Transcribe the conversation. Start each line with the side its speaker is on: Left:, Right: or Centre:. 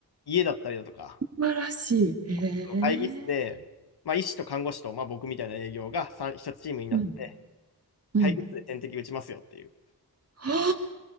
Left: 家だったりだとか、
Right: 晴らしい。へえ。
Left: オフィスの会議室で、まあ、医師と看護師と、まあ、僕みたいな営業が3、一つチームになって、
Right: うん。うん。
Left: 会議室で点滴打ちますよっていう。
Right: は